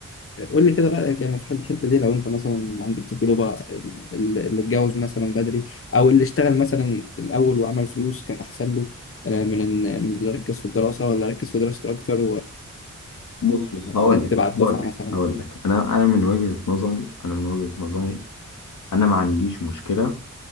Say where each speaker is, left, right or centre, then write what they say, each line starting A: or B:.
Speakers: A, on the left (about 45°); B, on the left (about 80°).
A: لي كده رايك يعني في الحل- الحته دي لو انت مثلا عندك تجربه ال- ال- اللي اتجوز مثلا بدري او اللي اشتغل مثلا الاول وعمل فلوس كان احسن له آه، من ان من اللي ركز في الدراسه ولا ركز في دراسته اكتر
B: بص بص هقول
A: وارتب
B: لك
A: على
B: هقول
A: الدفعه
B: لك
A: مثلا
B: هقول لك انا انا من وجهة نظري انا من وجهة نظري انا ما عنديش مشكلة